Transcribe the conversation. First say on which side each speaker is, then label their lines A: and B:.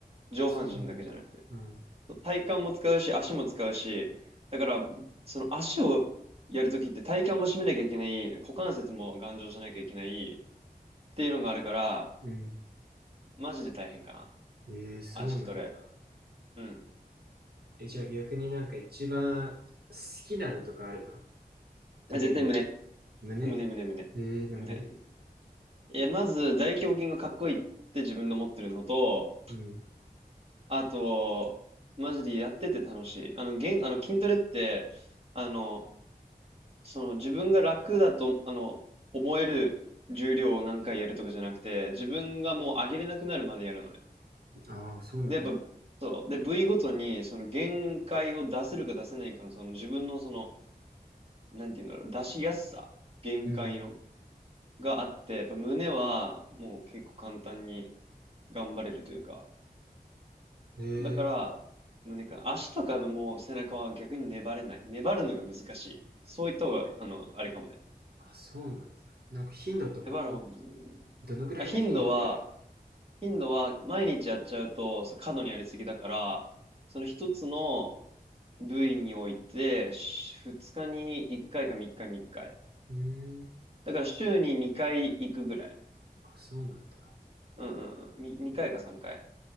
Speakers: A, on the right; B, on the right.
A: 上半身だけじゃなくて。
B: あそうなんだうん
A: 体幹も使うし、足も使うし、だから、その足をやるときって体幹も締めなきゃいけない、股関節も頑丈じゃなきゃいけないっていうのがあるから、
B: うん
A: マジで大変かな。
B: えー、そうなんだ
A: 足トレ。うん。
B: えじゃあ逆になんか一番好きなのとかあるのトレーニングで胸
A: あ絶対胸。胸、胸、胸。
B: えー、なんで
A: 胸。いや、まず大胸筋がかっこいいって自分の持ってるのと、
B: うん
A: あと、マジでやってて楽しい。あの、げん、あの筋トレって、あの、その自分が楽だと、あの、思える重量を何回やるとかじゃなくて、自分がもう上げれなくなるまでやるのね。
B: ああそうなんだ
A: で、やっぱ、そう。で、部位ごとに、その限界を出せるか出せないかの、その自分のその、なんていうんだろう、出しやすさ、限界の、
B: うん
A: があって、やっぱ胸はもう結構簡単に頑張れるというか、
B: えー、
A: だから、胸かな。足とかもう背中は逆に粘れない。粘るのが難しい。そういった方が、あの、あれかもね。
B: あそうなんだなんか頻度とか
A: 粘る方が難しい。
B: どのぐらいの頻度でやる
A: あ、頻度は、頻度は毎日やっちゃうとそ過度にやりすぎだから、その一つの部位において、し日に1回か3日に1回。
B: のうーん
A: だから週に2回行くぐらい。
B: あそうなんだ
A: うんうんうん。み回か3回。